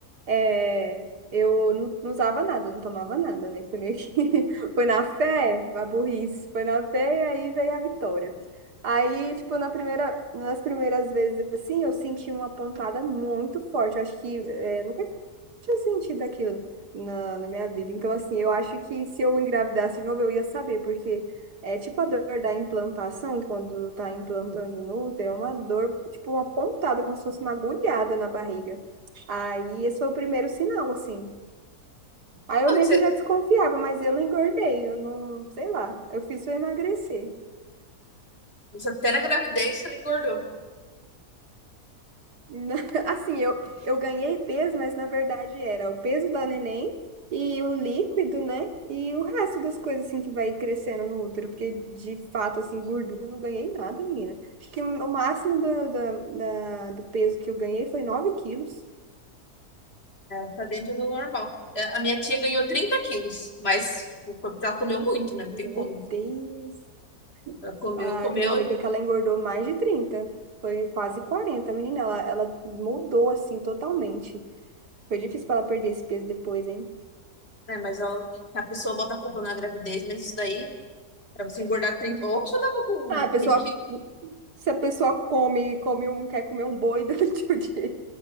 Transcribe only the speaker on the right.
é, eu não, não usava nada, não tomava nada, né? Foi meio que... <laughs> Foi na fé, a burrice. Foi na fé e aí veio a vitória. Aí, tipo, na primeira, nas primeiras vezes, assim, eu senti uma pontada muito forte. Eu acho que... É, nunca tinha sentido aquilo na, na minha vida. Então, assim, eu acho que se eu engravidasse de novo, eu ia saber, porque é tipo a dor da implantação, quando tá implantando no útero, é uma dor, tipo uma pontada, como se fosse uma agulhada na barriga. Aí, esse foi o primeiro sinal, assim. Aí eu
meio
que já desconfiava, mas eu não engordei, eu não, sei lá, eu fiz eu emagrecer.
Na- <laughs> Assim, eu, eu ganhei peso, mas na verdade era o peso da neném e o líquido, né? E o resto das coisas, assim, que vai crescendo no útero, porque de fato, assim, gordura eu não ganhei nada, menina. Acho que o máximo do, da da- do peso que eu ganhei foi nove quilos.
Meu
Deus!
Ah,
tem uma amiga que ela engordou mais de trinta foi quase quarenta menina. Ela, ela mudou, assim, totalmente. Foi difícil para ela perder esse peso depois, hein?
Ah, pessoal.
se a pessoa come, come um, quer comer um boi <laughs> durante o dia,